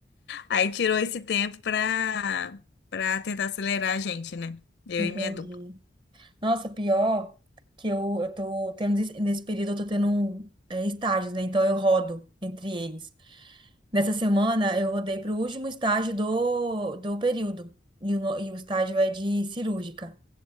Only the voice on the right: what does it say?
entendi.
Nossa, pior que eu, eu tô tendo, des- nesse período eu tô tendo um, é, estágios, né? Então eu rodo entre eles. Nessa semana eu rodei pro último estágio do, do período. E o, no- e o estágio é de cirúrgica.